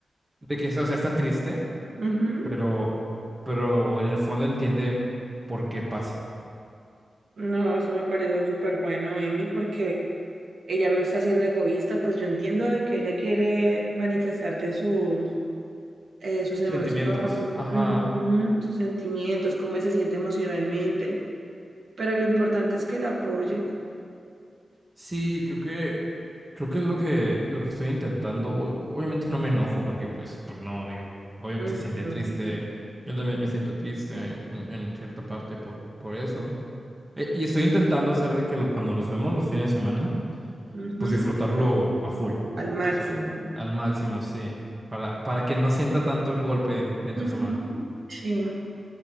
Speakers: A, on the right; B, on the right.
A: De que, o sea, está triste,
B: Ujú.
A: pero, pero en el fondo entiende por qué pasa.
B: No, eso me parece súper bueno, Emi, porque ella no está siendo egoísta, pues yo entiendo de que ella quiere manifestarte sus, eh, sus emociones,
A: Sentimientos. Ajá.
B: ujú, sus sentimientos, cómo se siente emocionalmente, pero lo importante es que la apoyes
A: Sí, creo que Creo que es lo que, lo que estoy intentando. O- obviamente no me enojo porque, pues, pues no, digo, obviamente
B: ujú,
A: se siente triste. Yo también me siento triste en, en cierta parte por, por eso. E- y estoy intentando hacer de que lo- cuando nos vemos los fines de semana,
B: ujú,
A: pues disfrutarlo a full.
B: al máximo.
A: O sea, al máximo, sí. Para, para que no sienta tanto el golpe entre
B: Ujú.
A: semana.
B: Sí.